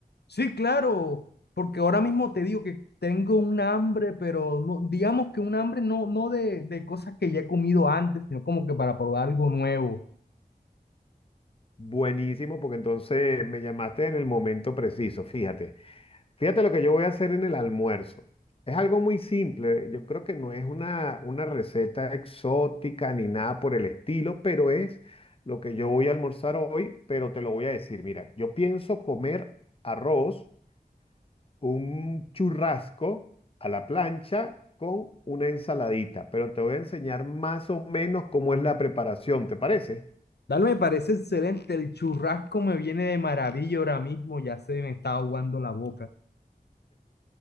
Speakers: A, on the left (about 85°); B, on the left (about 35°).
A: Sí, claro, porque ahora mismo te digo que tengo un hambre, pero no, digamos que un hambre no, no de, de cosas que ya he comido antes, sino como que para probar algo nuevo.
B: Buenísimo, porque entonces me llamaste en el momento preciso, fíjate. Fíjate lo que yo voy a hacer en el almuerzo. Es algo muy simple, yo creo que no es una, una receta exótica ni nada por el estilo, pero es lo que yo voy a almorzar hoy, pero te lo voy a decir. Mira, yo pienso comer arroz, un churrasco a la plancha con una ensaladita, pero te voy a enseñar más o menos cómo es la preparación, ¿te parece?
A: Dale, me parece excelente, el churrasco me viene de maravilla ahora mismo, ya se me está aguando la boca.